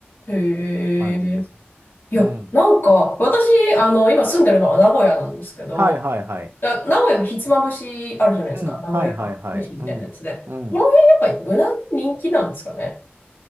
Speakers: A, on the left; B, on the right.
A: へえ。
B: 感じです。
A: いや、
B: うん。
A: なんか、私、あの、今住んでるのは名古屋なんですけど、
B: はいはいはい。
A: あ名古屋もひつまぶしあるじゃないですか。
B: うん。
A: 名古屋飯みたいなやつで。
B: はいはいはい。うん。うん。
A: この辺やっぱりうなぎ人気なんですかね。